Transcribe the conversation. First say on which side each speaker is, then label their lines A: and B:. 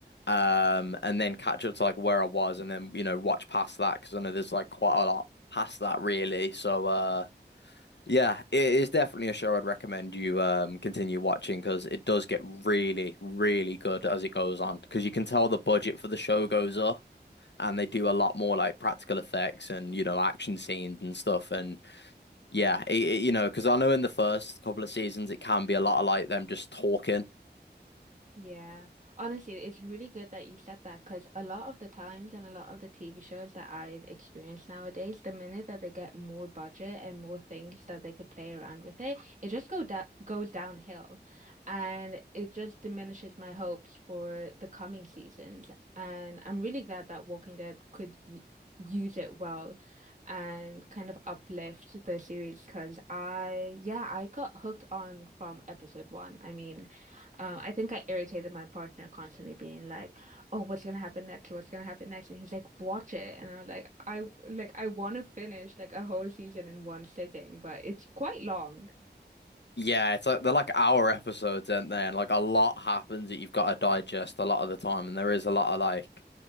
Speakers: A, on the left; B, on the right.
A: um, and then catch up to like where I was, and then you know watch past that because I know there's like quite a lot past that really. So uh, yeah, it is definitely a show I'd recommend you um continue watching because it does get really, really good as it goes on because you can tell the budget for the show goes up. And they do a lot more like practical effects and you know action scenes and stuff and yeah it, it- you know because I know in the first couple of seasons it can be a lot of like them just talking
B: Yeah. Honestly, it's really good that you said that because a lot of the times and a lot of the TV shows that I've experienced nowadays, the minute that they get more budget and more things that they could play around with it, it just go da goes downhill and it just diminishes my hopes for the coming seasons. And I'm really glad that Walking Dead could y use it well and kind of uplift the series because I, yeah, I got hooked on from episode one. I mean, um, I think I irritated my partner constantly being like, "Oh, what's gonna happen next? What's gonna happen next?" And he's like, "Watch it." And I'm like, "I like I want to finish like a whole season in one sitting, but it's quite long."
A: Yeah, it's like they're like hour episodes, aren't they? And like a lot happens that you've got to digest a lot of the time, and there is a lot of like